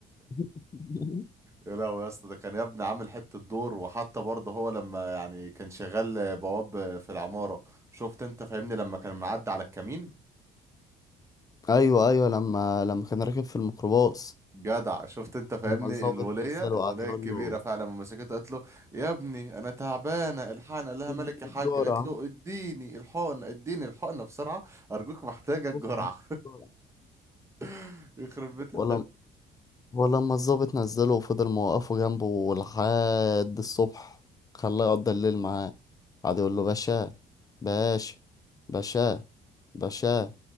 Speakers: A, on the left (about 20°); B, on the right (about 15°).
A: <laughs>
B: يا لهوي يا اسطى ده كان يا ابني عامل حته دور وحتى برضه هو لما يعني كان شغال بواب في العماره شفت انت فاهمني لما كان معدي على الكمين
A: أيوه أيوه لما لما كان راكب في الميكروباص
B: جدع شفت انت فاهمني
A: لما الضابط
B: الوليه
A: نزله
B: الوليه
A: وقعد يقول
B: الكبيره
A: له
B: فعلا لما مسكته قالت له يا ابني انا تعبانه الحقني قال لها
A: اديني
B: مالك يا
A: الجرعة
B: حاج قالت له اديني الحقنه اديني الحقنه بسرعه ارجوك محتاجه الجرعه
A: <laughs>
B: <laughs> يخرب بيت
A: ولا ولما الضابط نزله وفضل موقفه جنبه لحد الصبح خلاه يقضي الليل معاه قعد يقول له باشا باشا
B: الضحك
A: باشا باشا